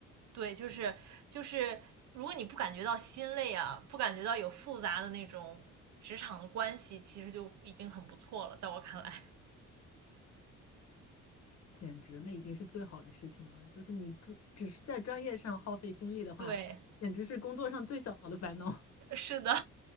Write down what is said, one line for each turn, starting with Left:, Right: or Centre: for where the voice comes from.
Right: 对，就是就是，如果你不感觉到心累啊，不感觉到有复杂的那种职场的关系，其实就已经很不错了，在我看来。
Left: 简直那已经是最好的事情了。就是你只只是在专业上耗费心力的话，
Right: <laughs> 对，
Left: 简直是工作上最小的烦恼。<laughs>
Right: 是的，